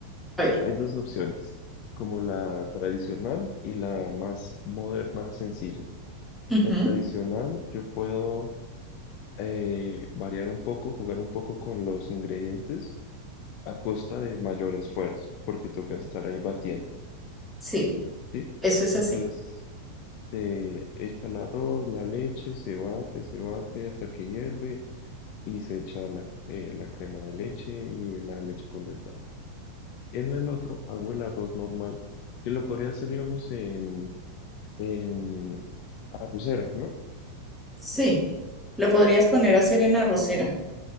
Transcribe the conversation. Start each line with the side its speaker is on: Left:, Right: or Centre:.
Centre: A ver,
Left: hay dos opciones, como la tradicional y la más moderna, sencilla.
Centre: ujú,
Left: La tradicional, yo puedo eh, variar un poco, jugar un poco con los ingredientes a costa de mayor esfuerzo, porque toca estar ahí batiendo,
Centre: Sí,
Left: ¿sí?
Centre: eso es
Left: Entonces,
Centre: así.
Left: se echa el arroz, la leche, se bate, se bate hasta que hierve y se echa la, eh, la crema de leche y la leche condensada. En el otro hago el arroz normal, que lo podría hacer, digamos, en, en arrocera, ¿no?
Centre: Sí, lo podrías poner a hacer en arrocera.